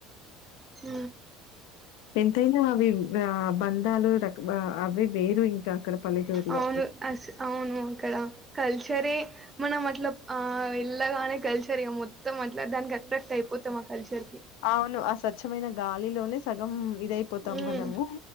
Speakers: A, on the right; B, on the left.
A: ఊ
B: ఎంతైనా అవి ఆ బంధాలు రక అవి వేరు ఇంకా అక్కడ పల్లెటూరులో.
A: అవును అస్ అవును అక్కడ కల్చరే మనం అట్ల ఆ వెళ్లగానే కల్చర్ ఇక మొత్తం అట్లా దానికి అట్రాక్ట్ అయిపోతే మా కల్చర్ కి
B: అవును ఆ స్వచ్ఛమైన గాలిలోనే సగం ఇదయిపోతాం
A: ఉమ్
B: మనము